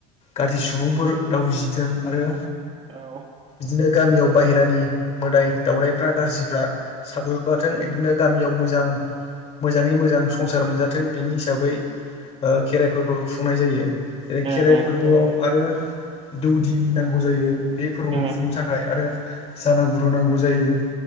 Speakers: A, on the left; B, on the right.
A: गाज्रि सुबुंफोर दा उजिथों आरो
B: औ।
A: बिदिनो गामियाव बाहहेरानि मोदाय दावरायाइफ्रा गाज्रिफ्रा साग्लोबबाथों बिदिनो गामियाव मो मोजां मोजाङै मोजां संसार मोनजाथों बिनि हिसाबै खेराइ फोरबो खुंनाय जायो।
B: ओहो
A: जेरै खेराइ फोरबोआव आरो दौदिनि नांगौ जायो बे फोरबोखौ
B: उम
A: खुंनो थाखाय आरो जाना गुरु नांगौ जायो